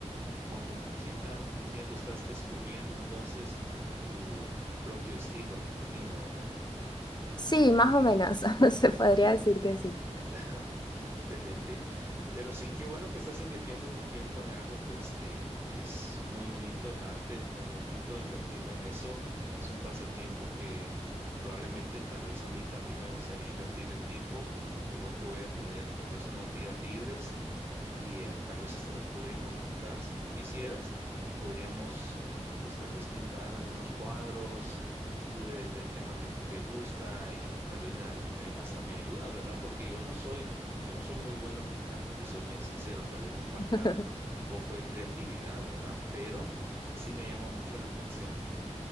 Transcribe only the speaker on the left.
Sí, más o menos, <laughs> se podría decir que sí.
<laughs>